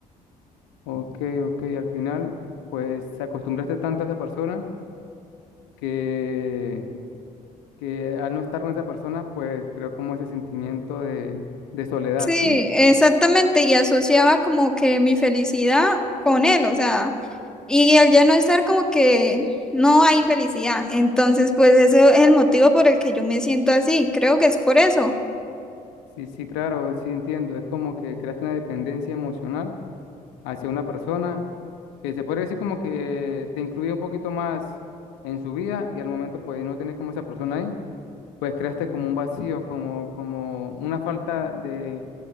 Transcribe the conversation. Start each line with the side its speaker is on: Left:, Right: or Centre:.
Left: Ok, ok, al final, pues te acostumbraste tanto a esa persona que, que al no estar con esa persona, pues creo como ese sentimiento de, de soledad,
Centre: Sí,
Left: ¿sí?
Centre: exactamente, y asociaba como que mi felicidad con él, o sea, y al ya no estar como que no hay felicidad, entonces pues eso es el motivo por el que yo me siento así, creo que es por eso.
Left: Sí, sí, claro, sí entiendo. Es como que creaste una dependencia emocional hacia una persona que se podría decir como que te incluye un poquito más en su vida y al momento pues no tener como esa persona ahí, pues creaste como un vacío, como, como una falta de